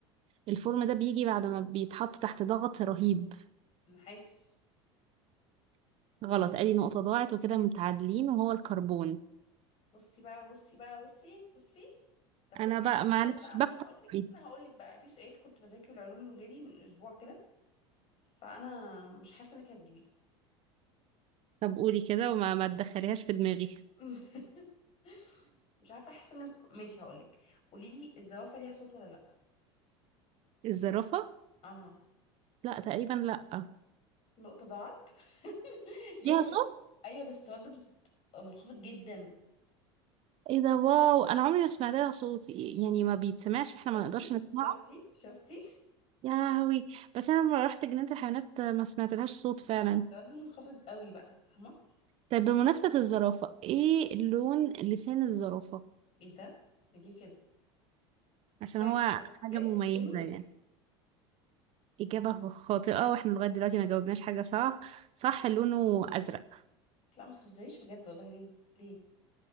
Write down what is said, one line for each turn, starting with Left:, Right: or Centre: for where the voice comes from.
Right: الفورم ده بيجي بعد ما بيتحط تحت ضغط رهيب
Left: نحس
Right: غلط ادي نقطة ضاعت وكده متعادلين وهو الكربون
Left: بصي بقى بصي بقى بصي بصي طب
Right: انا
Left: بصي
Right: بقى
Left: انا في
Right: معلش
Left: سؤال بقى ما
Right: بقى
Left: هقول لك
Right: <laughs>
Left: انا هقول لك بقى في سؤال كنت بذاكر العلوم لولادي من اسبوع كده فانا مش حاسه انك هتجيبيه
Right: طب قولي كده وما ما تدخليهاش في دماغي
Left: <laughs> مش عارفه حاسه ان ماشي هقولك قولي لي الزوافه ليها صوت ولا لا
Right: الزرافة
Left: اها
Right: لا تقريبا لا
Left: نقطه ضاعت <laughs> ليها
Right: ليها
Left: صوت
Right: صوت
Left: ايوه بس تردد منخفض جدا
Right: ايه ده واو انا عمري ما سمعت لها صوت يعني ما بيتسمعش احنا ما
Left: شفتي
Right: نقدرش نسمعه
Left: شفتي شفتي
Right: يا لهوي بس انا لما رحت جنينة الحيوانات ما سمعت لهاش صوت فعلا
Left: ما هو التردد منخفض قوي بقى فاهمه
Right: طيب بمناسبة الزرافة ايه لون لسان الزرافة
Left: ايه ده إيه ليه كده
Right: عشان
Left: بس I
Right: هو
Left: I
Right: حاجة
Left: guess
Right: مميزة
Left: pink
Right: يعني إجابة خاطئة واحنا لغاية دلوقتي ما جاوبناش حاجة صح صح لونه أزرق
Left: لا ما تهزريش بجد والله ليه ليه